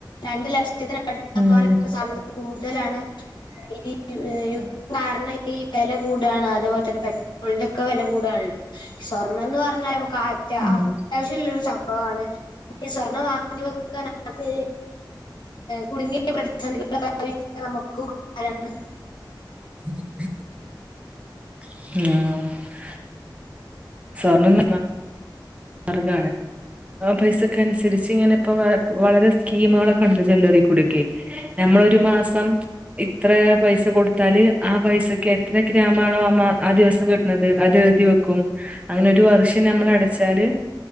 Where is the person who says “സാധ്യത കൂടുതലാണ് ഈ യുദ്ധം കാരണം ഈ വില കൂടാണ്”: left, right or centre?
Left